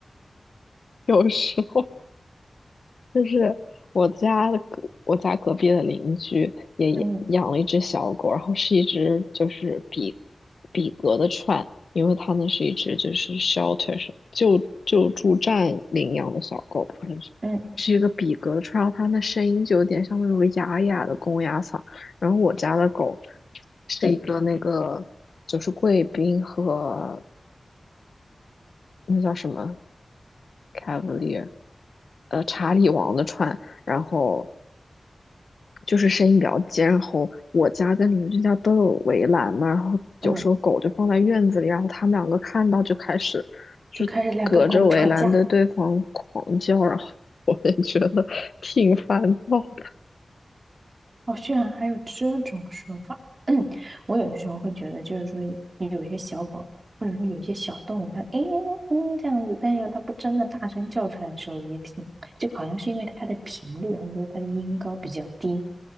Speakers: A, on the left; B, on the right.
A: 有时候。就是我家的隔，我家隔壁的邻居也也养了一只小狗，
B: 嗯
A: 然后是一只就是比比格的串，因为它那是一只就是 shelter 是救救助站领养的小狗，好像是是一个比格的串，
B: 嗯
A: 然后它那声音就有点像那种哑哑的公鸭嗓。然后我家的狗是一个那个就是贵宾和那叫什么 Cavalier，呃，查理王的串。然后就是声音比较尖，然后我家跟邻居家都有围栏嘛，然后有时候狗就放在院子里，
B: 嗯，
A: 然后他们两个看到就开始就是隔着围栏对对方狂叫，
B: 就开始两个狗吵架。
A: 然后 <laughs> 我也觉得挺烦躁的。
B: 哦，居然还有这种说法。<clears throat> 嗯，我有的时候会觉得，就是说有一些小狗，或者说有一些小动物，它诶嗯这样子，但是它不真的大声叫出来的时候，也挺，就好像是因为它的频率还是说它的音高比较低，